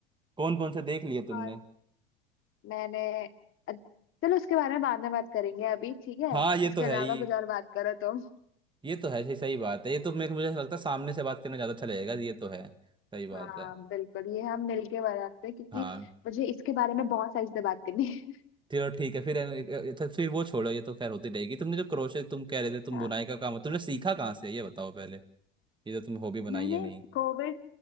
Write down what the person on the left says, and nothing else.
हाँ मैंने अ- चलो उसके बारे में बाद में बात करेंगे अभी ठीक है
उसके
अलावा
कुछ और बात करो तुम
हाँ
बिल्कुल ये हम मिलके बात करते हैं क्योंकि
मुझे इसके बारे में बहुत सारी से बात करनी है
<laughs> हाँ
मैंने
कोविड